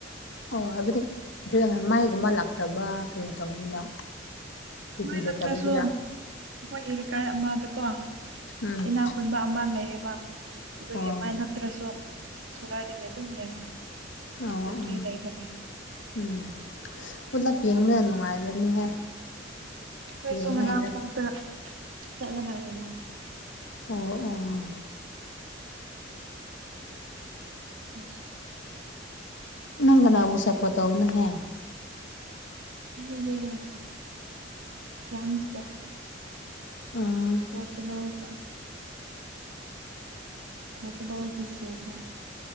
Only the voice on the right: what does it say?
ꯃꯥꯏ
ꯂꯥꯛꯄ꯭ꯔꯁꯨ ꯑꯩꯈꯣꯏꯒꯤ ꯂꯩꯀꯥꯏ ꯑꯃꯗꯀꯣ
ꯏꯅꯥ ꯈꯨꯨꯟꯕ ꯑꯃ ꯂꯩꯌꯦꯕ ꯑꯗꯨꯒꯤ
ꯃꯥꯏ ꯅꯠꯇ꯭ꯔꯁꯨꯣ ꯁꯣꯂꯥꯏꯒꯤ ꯑꯗꯨꯝ ꯌꯦꯉꯦ
ꯕꯦ
ꯇꯔꯤ ꯂꯩꯏꯕꯒꯤ
ꯑꯩꯈꯣꯏꯁꯨ
ꯉꯔꯥꯡ
ꯇꯔ ꯆꯠꯂꯒ ꯌꯦꯡꯉꯦ
<inaudible>
ꯑꯩꯗꯤ ꯐ꯭ꯔꯥꯥꯟꯁ ꯇ
ꯄꯣꯔꯇꯨꯒꯜꯇ ꯄꯣꯔꯇꯨꯒꯜꯗꯤ ꯁꯤꯈꯔꯦ